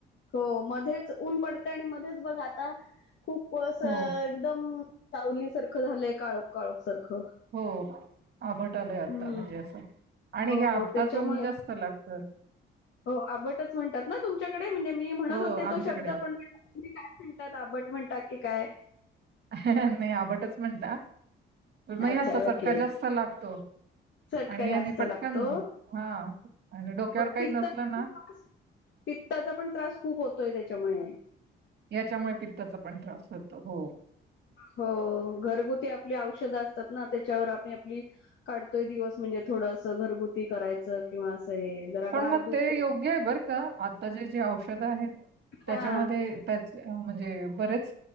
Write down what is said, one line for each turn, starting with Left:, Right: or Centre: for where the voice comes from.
Left: हो मध्येच ऊन पडते आणि मध्येच बघ आता खूप असं
Right: हो
Left: एकदम सावली सारखं झालंय काळोख काळोख सारखं
Right: हो आभट आलंय आता
Left: हम्म
Right: म्हणजे असं आणि
Left: हो
Right: हे आपटाचं
Left: हो त्याच्यामुळे
Right: ऊन जास्त लागतं
Left: हो आवटच म्हणतात ना तुमच्याकडे म्हणजे मी म्हणत
Right: हो
Left: होते तो
Right: आमच्याकडे
Left: शब्द
Right: आप
Left: पण तुम्ही काय म्हणतात आबट म्हणताात की काय
Right: नाही आबटच म्हणता म ह्याचा
Left: अच्छा ओके
Right: चटका जास्त लागतो
Left: चटका
Right: आणि याने
Left: जास्त
Right: पटकन
Left: लागतो
Right: हा आणि डोक्यावर काही
Left: पित्ताचा
Right: नसलं
Left: पण
Right: ना
Left: त्रास पित्ताचा पण त्रास खूप होतोय त्याच्यामुळे
Right: याच्यामुळे पित्ताचा पण त्रास होतो हो
Left: हो घरगुती आपली औषधं असतात ना त्याच्यावर आपली आपली काढतोय दिवस म्हणजे थोडं असं घरगुती करायचं किंवा असं हे जरा
Right: पण
Left: गार
Right: मग
Left: दूध
Right: ते
Left: पे
Right: योग्य आहे बर का आता जे जे औषधं आहेत त्याच्यामध्ये
Left: हा
Right: म्हणजे बरेच